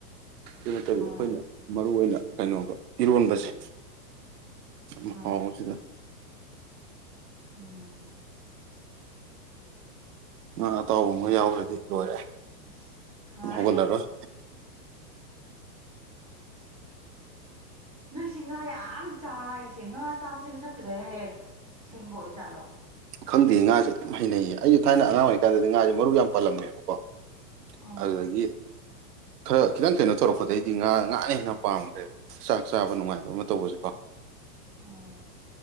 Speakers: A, on the right (about 70°); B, on the left (about 25°).
A: ꯑꯗꯨꯅꯦ ꯇꯧꯏꯗꯣ
B: ꯍꯣꯏ
A: ꯑꯩꯈꯣꯏꯅ ꯃꯔꯨ ꯑꯣꯏꯅ ꯀꯩꯅꯣꯒ ꯏꯔꯣꯟꯕꯁꯦ ꯌꯥꯝ
B: ꯍꯣꯏ
A: ꯍꯥꯎꯕꯁꯤꯗ
B: ꯑ꯫
A: ꯉꯥ ꯑꯇꯥꯎꯕ ꯑꯃꯒ ꯌꯥꯎꯈ꯭ꯔꯗꯤ ꯂꯣꯏꯔꯦ
B: ꯑꯁ ꯍꯣꯏ
A: ꯑꯗꯨꯝ ꯍꯧꯒꯠꯂꯔꯣꯏ꯫
B: ꯅꯣꯏꯁꯤ ꯉꯥ ꯌꯥꯝ ꯆꯥꯏꯁꯦ ꯉꯥ ꯆꯥꯕꯁꯦ ꯃꯁꯛ ꯐꯖꯩ ꯍꯥꯏꯌꯦ ꯑꯁꯦꯡꯕ ꯑꯣꯏꯖꯥꯠꯂꯣ꯫
A: ꯈꯪꯗꯦ ꯉꯥꯁꯦ ꯑꯗꯨꯝ ꯍꯩꯅꯩꯌꯦ ꯑꯩꯁꯨ ꯊꯥꯏꯅ ꯑꯉꯥꯡ ꯑꯣꯏꯔꯤꯀꯥꯟꯗꯗꯤ ꯉꯥꯁꯦ ꯃꯔꯨ ꯌꯥꯝ ꯄꯜꯂꯝꯃꯦꯕꯀꯣ꯫
B: ꯎꯝ
A: ꯑꯗꯨꯗꯒꯤ ꯈꯔ ꯈꯤꯇꯪ ꯀꯩꯅꯣ ꯇꯧꯔꯛꯄꯗꯩꯗꯤ ꯉꯥ ꯉꯥꯅ ꯍꯦꯟꯅ ꯄꯥꯝꯈ꯭ꯔꯦꯕ꯫ ꯆꯥꯛ ꯆꯥꯕ ꯅꯨꯡꯉꯥꯏꯕ ꯑꯃ ꯇꯧꯕꯖꯦꯀꯣ
B: ꯑꯣꯥ